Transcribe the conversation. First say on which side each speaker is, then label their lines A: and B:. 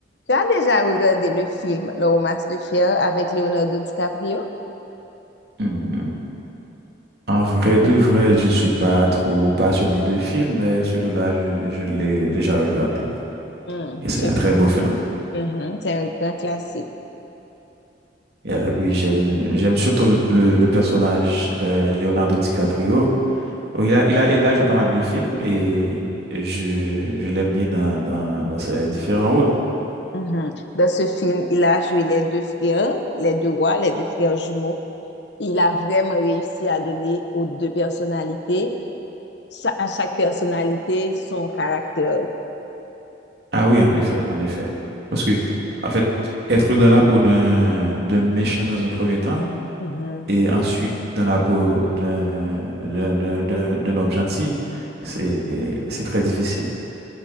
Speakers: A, on the left (about 70°); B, on the right (about 60°).
A: Tu as déjà regardé le film Le Romance de Fer avec Leonardo DiCaprio?
B: Hmm. En vrai de vrai, je suis pas trop passionné de films, mais celui-là, je, je l'ai déjà regardé.
A: Hmm,
B: Et c'est
A: ce-
B: un très beau film.
A: mhm, c'est un grand classique.
B: Et euh, puis j'aime, j'aime surtout le, le- le personnage euh, Leonardo DiCaprio. Oh, Il a, il a, il a joué pas mal de films et je, je l'aime bien dans, dans, dans ses différents rôles.
A: Mhm. Dans ce film, il a joué les deux frères, les deux rois, les deux frères jumeaux. Il a vraiment réussi à donner aux deux personnalités, cha- à chaque personnalité, son caractère.
B: Ah oui, en effet, en effet. Parce que, en fait, être dans la peau d'un d'un méchant dans un premier temps,
A: Mhm,
B: et ensuite dans la peau d'un d'un- d'un- d'un- d'un homme gentil, c'est c'est très difficile.